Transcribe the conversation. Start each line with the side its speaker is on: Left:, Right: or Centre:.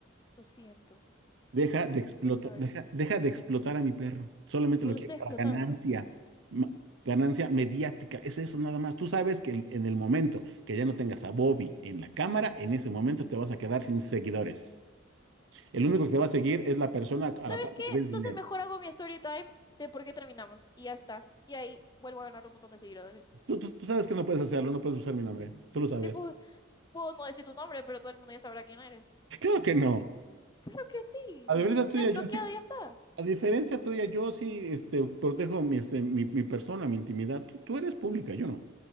Left: Lo siento.
Right: Deja
Left: I'm
Right: de
Left: so
Right: explotar,
Left: sorry.
Right: deja, deja de explotar a mi perro. Solamente
Left: No
Right: lo
Left: lo
Right: quiero
Left: estoy
Right: para
Left: explotando.
Right: ganancia, ma- ganancia mediática. Es eso nada más. Tú sabes que el- en el momento que ya no tengas a Bobby en la cámara, en ese momento te vas a quedar sin seguidores. El único que te va a seguir es la persona a
Left: ¿Sabes
Right: la cual
Left: qué?
Right: te debes
Left: Entonces
Right: dinero.
Left: mejor hago mi story time de por qué terminamos. Y ya está. Y ahí vuelvo a ganar un montón de seguidores.
Right: Tú, tú- tú sabes que no puedes hacerlo, no puedes usar mi nombre. Tú lo sabes.
Left: Sí, puedo, puedo no decir tu nombre, pero todo el mundo ya sabrá quién eres.
Right: <laughs> Claro que no.
Left: Claro que sí.
Right: A la verdad
Left: Una
Right: tuya,
Left: estoqueada
Right: yo
Left: y ya está.
Right: A diferencia tuya, yo sí, este, protejo mi, este, mi, mi persona, mi intimidad. Tú, tú eres pública, yo no.